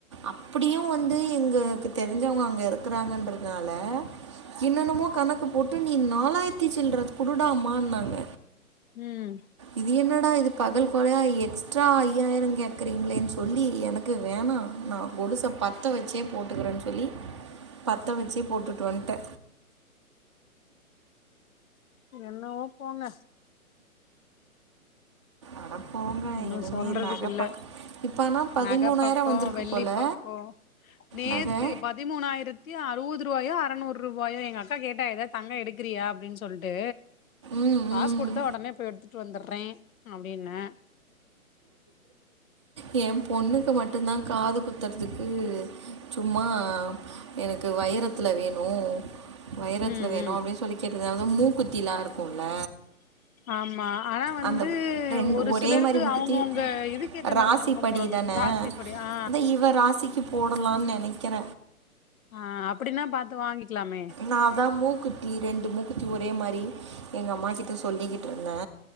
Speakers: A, on the right; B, on the left.
A: அப்படியு வந்து எங்களுக்கு தெரிஞ்சவங்க அங்க இருக்கறாங்கன்றதுனால என்னன்னமோ கணக்கு போட்டு நீ நாலாயிரத்தி சில்ற குடுடாமானாங்க
B: ம்
A: இது என்னடா இது பகல் கொலையா எக்ஸ்ட்ரா ஐயாயிர கேக் கிறீங்களேன் சொல்லி எனக்கு வேணா நா கொலுச பத்த வச்சே போட்டுக்கறேன்னு சொல்லி பத்த வெச்சே போட்டுட்டு வந்துட்ட
B: என்னவோ போங்க
A: அட போங்க
B: ஒன்னு
A: இனிமேல்
B: சொல்றதுக்கு
A: நகை
B: இல்ல
A: பக்க இப்போ ஆனால் பதிமூணாயிரம்
B: நக பக்கோ
A: வந்திருக்கு
B: வெள்ளி
A: போல்
B: பக்கோ நேத்து
A: நகை
B: பத் திமூனாயரத்தி அறுவது ரூவாயோ அறநூறு ரூபாயோ எங்க அக்கா கேட்டா எதா தங்க எடுக் கிறியா அப்படின் சொல்ட்டு
A: ம்
B: காஸ்
A: ம்
B: குடுத்தா ஒடனே போய் எடுத்துட்டு வந்துருறே அப்டின்னே
A: யே பொண்ணுக்கு மட்டுந்தா காது குத்தறத்துக்கு சும்மா எனக்கு வைரத்துல வேணு வைரத்துல
B: ம்
A: வேணு
B: ம்
A: அப்டின் சொல்லி கேட்டுது அதா மூக்குத் தில்லா இருக்கும்ல
B: ஆமா ஆனா வந்து
A: அந்த ரெண்டு
B: ஒரு
A: ஒரே
B: சிலருக்கு
A: மாரி மூக்குத்தி
B: அவங்கவுங்க இதுக்கு ஏத்த
A: ராசி
B: மாரி தங்கோ
A: படி
B: போடணு
A: தான
B: ராசிப்படி ஆ
A: அது எ இவ ராசிக்கு போடலான் நினைக்கிற
B: ஆ அப்டின்னா பாத்து வாங்கிக்கலாமே
A: நா அதா மூக்குத்தி ரெண்டு மூக்குத்தி ஒரே மாரி எங்க அம்மாக்கிட்ட சொல்லிக்கிட்டு இருந்தே